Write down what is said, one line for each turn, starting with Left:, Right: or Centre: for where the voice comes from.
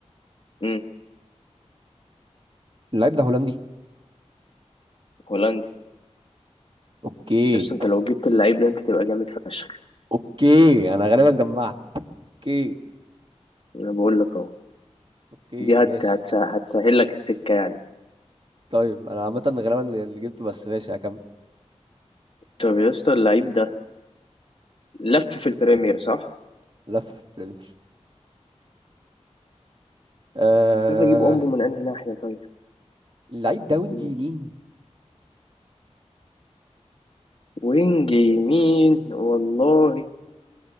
Left: امم
Right: اللعيب ده هولندي
Left: هولندي
Right: اوكي
Left: بس انت لو جبت اللعيب ده انت تبقى جامد فشخ
Right: اوكي انا غالبا جمعت اوكي
Left: انا بقول لك اهو
Right: اوكي
Left: دي
Right: ماشي
Left: هت... هت... هتسهل لك السكة يعني
Right: طيب انا عامه غالبا اللي جبته بس ماشي هكمل
Left: طب يا اسطى اللعيب ده لف في البريمير صح
Right: لف بريمير آه...
Left: مش عارف اجيب امبو من انهي ناحية طيب
Right: اللعيب ده وينج
Left: ماشي
Right: يمين
Left: وينج يمين والله